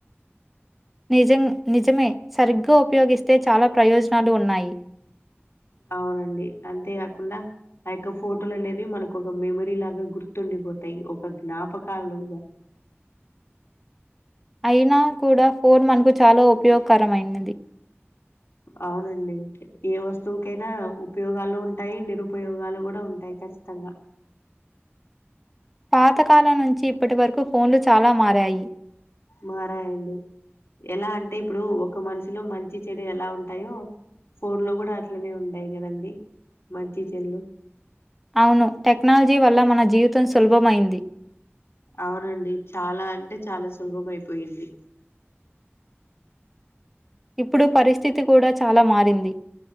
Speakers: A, in the centre; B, on the left.
A: నిజం నిజమే సరిగ్గా ఉపయోగిస్తే చాలా ప్రయోజనాలు ఉన్నాయి
B: అవునండి అంతేకాకుండా ఆ యొక్క ఫోటోలు అనేవి మనకు ఒక మెమరీ లాగా గుర్తు ఉండిపోతాయి ఒక జ్ఞాపకాలుగా
A: అయినా కూడా ఫోన్ మనకు చాలా ఉపయోగకరమైనది
B: అవునండి ఏ వస్తువుకైనా ఉపయోగాలు ఉంటాయి నిరుపయోగాలు కూడా ఉంటాయి ఖచ్చితంగా
A: పాతకాలం నుంచి ఇప్పటి వరకు ఫోన్లు చాలా మారాయి
B: మారాయండి ఎలా అంటే ఇప్పుడు ఒక మనిషిలో మంచి చెడూ ఎలా ఉంటాయో ఫోన్ లో కూడా అట్లనే ఉండాయి కదండి మంచి చెల్లు
A: అవును టెక్నాలజీ వల్ల మన జీవితం సులభమైంది
B: అవునండి చాలా అంటే చాలా సులభం ఐపోయింది
A: ఇప్పుడు పరిస్థితి కూడా చాలా మారింది